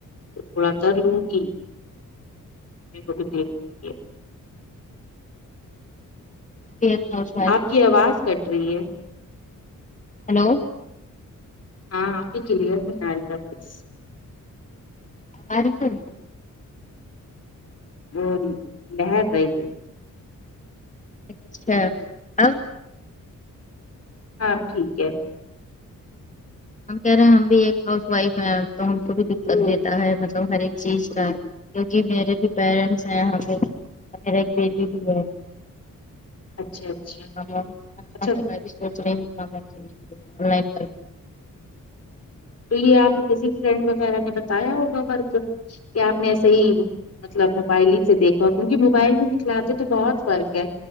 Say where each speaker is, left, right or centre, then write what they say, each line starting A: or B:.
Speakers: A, on the left; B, on the left.
A: تھوڑا کرلوں گی بہت دیر کر ہوگئے
B: <inaudible>
A: آپ کی آواز کٹ رہی ہے
B: ہیلو
A: ہاں آپ کی کلیئر نہیں آری آواز
B: آری کیا نہیں
A: نہیں لہر رہی ہے
B: اچھا اب
A: اب ٹھیک ہے
B: ہم کہہ رہے ہیں ہم بھی ایک ہاؤس وائف ہے تو ہم کو بھی دقت دیتا ہے مطلب ہر ایک چیز کا کیونکہ میرے بھی پیرنٹس ہیں یہاں پہ اور میرا ایک ببی ہے
A: اچھا اچھا
B: <unintelligible>
A: اچھا
B: تو میں بھی سوچ رہی ہوتا آن لائن پر
A: تو یہ آپ کسی فرینڈ وغیرہ نے بتایا ہوگا ورک کہ آپ نے ایسے ہی مطلب موبائل ہی سے دیکھا کیونکہ موبائل میں دکھلاتے تو بہت فرق ہے